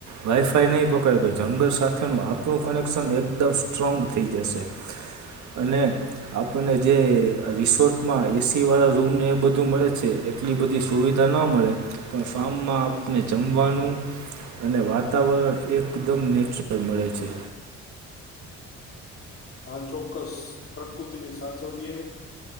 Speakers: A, on the right; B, on the left.
A: વાઈફાઈ નહીં પકડાય પણ જંગલ સાથેનું આપણું કનેક્શન એક એકદમ સ્ટ્રોંગ થઈ જાશે. અને આપણને જે રિસોર્ટમાં એસીવાળા રૂમને એ બધું મળે છે. એ એટલી બધી સુવિધા ના મળે. પણ ફાર્મમાં આપને જમવાનું અને વાતાવરણ એકદમ નેચરલ મળે છે.
B: હા ચોક્કસ પ્રકૃતિને સાચવીએ.